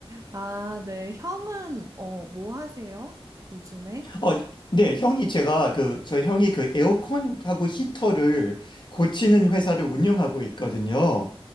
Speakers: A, on the right; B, on the left.
A: 아, 네. 형은, 어, 뭐 하세요? 요즘에?
B: 어, 네, 형이 제가 그, 저 형이 그 에어컨하고 히터를 고치는 회사를 운영하고 있거든요.